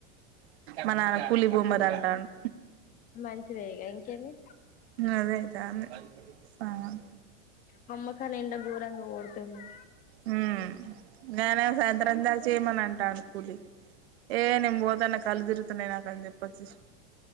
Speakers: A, on the right; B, on the left.
A: మా నాన్ పులి బూమ్రాఅంటంద్
B: మంచిది ఇగ ఇం కని
A: అదే అయితాంది సామాన్
B: మమ్మకనం గోర ఓడ్ తిండే
A: హ నేనే సాయంత్ర అందా చేయమని అంటా అను కూలి ఏ నేను పోతాన్న కల్లుదిరుతున్నాయి. నాక అని చెప్పొచ్చుసి